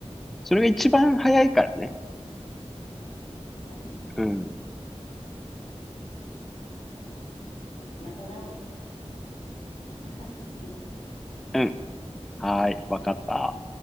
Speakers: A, in the centre; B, on the left.
A: それが一番早いからね。
B: まあ、確かに。<laughs>
A: うん、
B: まあ、ちょっと、仲直りしたら、じゃあ、行ってみます。
A: うん、はーい、わかった。